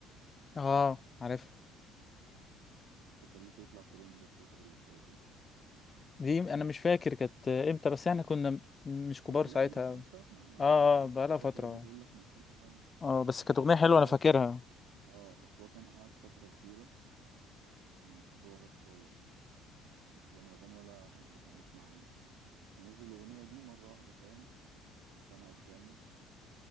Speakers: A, on the left; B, on the right.
A: اه عارف
B: دي خليته يطلع ترند الفترة اللي فاتت دي
A: دي أنا مش فاكر كانت إمتى بس إحنا كنا م- مش كبار
B: يعني
A: ساعتها
B: لأ من كام سنة أنا
A: اه
B: بقول لك مش
A: آه، بقالها
B: الفترة
A: فترة
B: دي بقول لك من كام سنة
A: اه بس كانت أغنية حلوة
B: أصل هو
A: أنا فاكرها
B: كان آه أصل هو كان قعد فترة كبيرة مش ظاهر خالص ما كانش بيعمل أغاني ولا حد كان يسمع عنه فنزل الأغنية دي مرة واحدة فاهم سمعت جامد